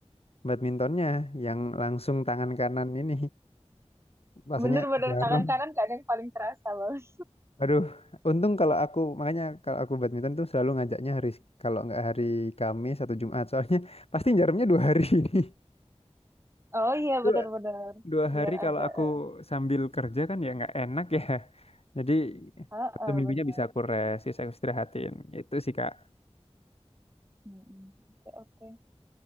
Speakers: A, on the left (about 60°); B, on the right (about 25°).
A: badmintonnya yang langsung tangan kanan ini rasanya
B: Bener-bener
A: jarum.
B: tangan kanan kadang paling terasa banget.
A: Aduh, untung kalau aku makanya kalau aku badminton tuh selalu ngajaknya hari kalau nggak hari Kamis atau Jumat soalnya pasti jarumnya dua hari ini.
B: Oh iya
A: <laughs>
B: bener-bener.
A: dua
B: Biar
A: hari kalau
B: ada,
A: aku
B: eh,
A: sambil kerja kan ya nggak enak ya. <laughs> Jadi
B: heeh
A: satu minggunya
B: bener.
A: bisa aku rest, bisa aku istirahatin. Itu sih Kak.
B: Mm-mm. Oke, oke.